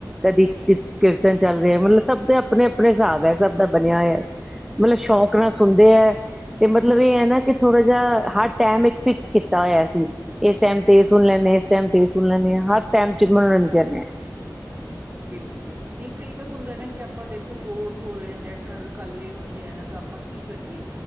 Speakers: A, in the centre; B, on the right (about 25°).
A: ਕਦੀ ਕੀਰਤਨ ਚੱਲ ਰਿਹਾ ਹੈ, ਮਤਲਬ ਸਭ ਦੇ ਆਪਣੇ ਅਪਣੇ ਆਪਣੇ ਹਿਸਾਬ ਹੈਭ ਦਾ ਬਣਿਆ ਹੋਇਆ ਮਤਲਬ ਸ਼ੌਕ ਨਾਲ ਸੁਣਦੇ ਹੈ, ਤੇ ਮਤਲਬ ਇਹ ਹੈ ਨਾ ਕਿ ਥੋੜਾ ਜਿ ਹਰ ਟਾਈਮ ਇੱਕ ਫਿਕਸ ਕੀਤਾ ਹੋਇਆ ਸੀ, ਇਸ ਟਾਈਮ ਤੇ ਇਹ ਸੁਣ ਲੈਂਦੇਾਂ ਇਸ ਟਾਈਮ ਤੇ ਸੁਣ ਲੈਂਦੇ ਹਾਂ ਹਰ ਟਾਈਮ ਚ ਮਨੋਰੰਜਨ ਹੈ।
B: ਬਿਲਕੁਲ ਨਹੀਂ ਕਈ ਵਾਰ ਹੁੰਦਾ ਨਾ ਕਿ ਆਪਾਂ ਦੇਖੋ ਬੋਰ ਹੋ ਰਹੇ ਜਾਂਦੇ ਆ ਘਰ ਕੱਲੇ ਹੁੰਦੇ ਆ ਨਾ ਤਾਂ ਆਪਾਂ ਕੀ ਕਰੀਏ